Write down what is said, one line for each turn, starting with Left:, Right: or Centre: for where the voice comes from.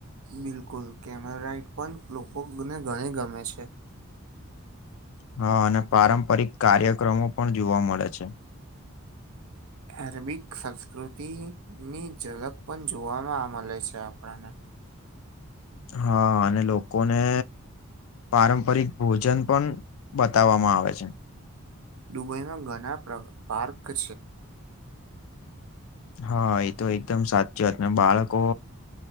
Right: બિલકુલ કેમેરાઇટ પણ લોકોને ગણી ગમે છે
Left: હા અને પારંપરિક કાર્યક્રમો પણ જોવા મળે છે
Right: એરેબિક સંસ્કૃતિ ની ઝલક પણ જોવામાં મળે છે આપણને
Left: હા અને લોકોને પારંપરિક ભોજન પણ બતાવવામાં આવે છે
Right: દુબઈમાં ઘણા પાર્ક છે
Left: હા એ તો એકદમ સાચી વાત ને બાળકો